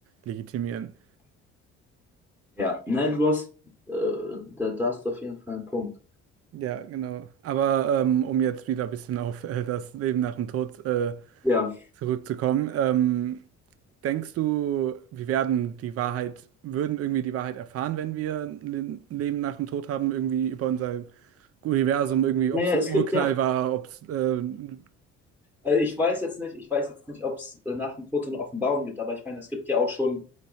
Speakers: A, on the right; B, in the centre.
A: legitimieren.
B: Ja, ne, du hast, äh, da, da hast du auf jeden Fall einen Punkt.
A: Ja, genau. Aber ähm, um jetzt wieder ein bisschen auf äh, das Leben nach dem Tod äh,
B: Ja.
A: zurückzukommen, ähm, Denkst du, wir werden die Wahrheit, würden irgendwie die Wahrheit erfahren, wenn wir ein Le- Leben nach dem Tod haben, irgendwie über unser Universum, irgendwie,
B: Naja,
A: ob es ein
B: es
A: Urknall
B: gibt ja,
A: war, ob es, ähm,
B: äh, ich weiß jetzt nicht, ich weiß jetzt nicht, ob es äh, nach dem Tod so eine Offenbarung gibt, aber ich meine, es gibt ja auch schon